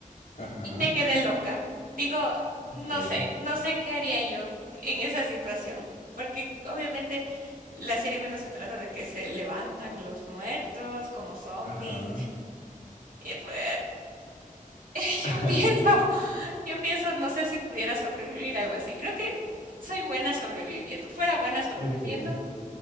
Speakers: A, on the left; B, on the right.
A: ajá,
B: Y me quedé loca. Digo, no
A: ok,
B: sé, no sé qué haría yo en esa situación, porque obviamente la serie, bueno, se trata de que se levantan los muertos como zombies.
A: ajá.
B: eh, pues, <laughs> yo
A: <laughs>
B: pienso, yo pienso, no sé si pudiera sobrevivir algo así. Creo que soy buena sobreviviendo, fuera buena sobreviviendo,
A: Okay.